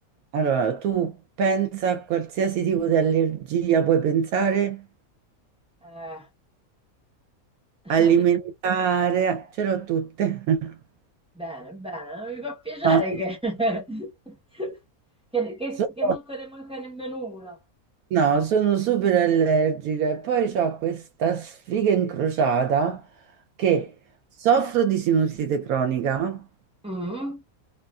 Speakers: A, on the right; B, in the centre.
A: allora, tu pensa a qualsiasi tipo di allergia, puoi pensare
B: Eh. <laughs>
A: alimentare, ce l'ho tutte. <laughs>
B: Bene, bene, mi fa piacere
A: No, sì.
B: che, <laughs> che, che-
A: Sono
B: che non te ne manca nemmeno una.
A: No, sono super allergica e poi ho questa sfiga incrociata che soffro di sinusite cronica,
B: Mm.